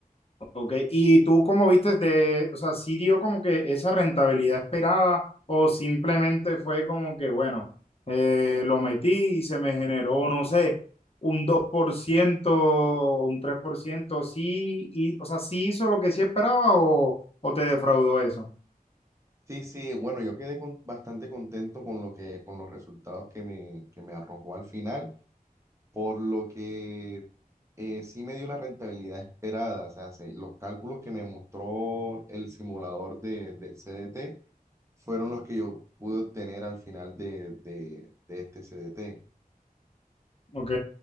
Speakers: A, on the left; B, on the right.
A: ok. ¿Y tú cómo viste de, o sea, sí dio como que esa rentabilidad esperada o simplemente fue como que, bueno, eh, lo metí y se me generó, no sé, un 2%, un 3%, sí, y, o sea, sí hizo lo que sí esperaba o, o te defraudó eso?
B: Sí, sí, bueno, yo quedé con- bastante contento con lo que, con los resultados que me, que me arrojó al final. por lo que eh, sí me dio la rentabilidad esperada. O sea, se- los cálculos que me mostró el simulador de, del CDT fueron los que yo pude obtener al final de, de, de este CDT.
A: Ok,